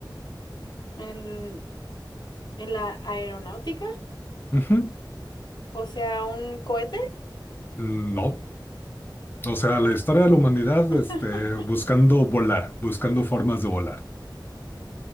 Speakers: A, on the left; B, on the left.
A: En, en la aeronáutica.
B: Ujú.
A: O sea, un cohete.
B: No, o sea, la historia de la humanidad,
A: <laughs>
B: este, buscando volar, buscando formas de volar.